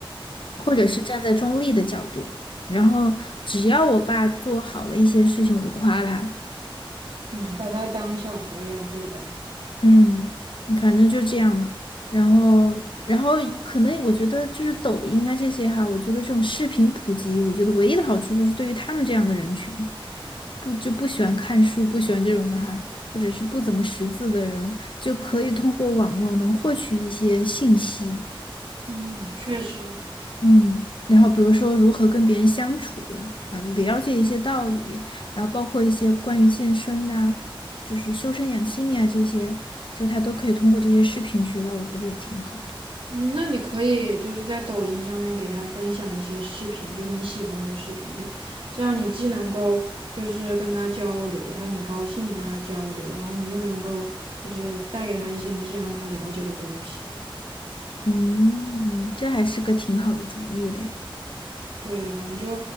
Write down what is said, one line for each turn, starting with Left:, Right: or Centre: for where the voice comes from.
Left: 或者是站在中立的角度，然后只要我爸做好了一些事情，我就夸他，
Right: 嗯，把他当小孩儿一样对待。
Left: 嗯，反正就这样嘛。然后，然后可能我觉得就是抖音啊这些哈，我觉得这种视频普及，我觉得唯一的好处就是对于他们这样的人群，不就不喜欢看书、不喜欢这种的哈，或者是不怎么识字的人，就可以通过网络能获取一些信息。
Right: 嗯，确实。
Left: 嗯，然后比如说如何跟别人相处啊，了解一些道理，然后包括一些关于健身呐、就是修身养性呀、这些，就他都可以通过这些视频学到，我觉得也挺好的。
Right: 嗯，那你可以就是在抖音上面给他分享一些视频，就你喜欢的视频，就这样你既能够就是跟他交流，他很高兴你跟他交流，然后你又能够就是带给他一些你想让他了解的东西。
Left: 嗯，这还是个挺好的主意嘞。
Right: 对呀，你就